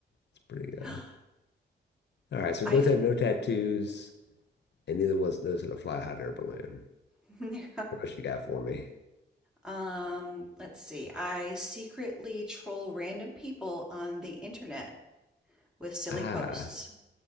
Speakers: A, on the left; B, in the centre.
A: It's pretty uh
B: <gasps>
A: All right, so
B: I've
A: we both have no tattoos and neither of us knows how to fly a hot air balloon.
B: <laughs> no.
A: What else you got for me?
B: Um, let's see. I secretly troll random people on the internet with silly
A: Ah,
B: posts.